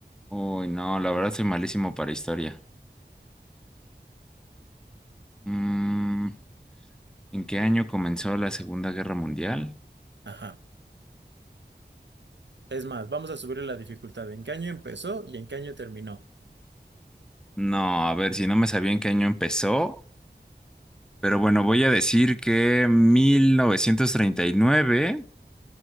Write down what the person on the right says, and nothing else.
Ajá. Es más, vamos a subirle la dificultad. ¿En qué año empezó y en qué año terminó?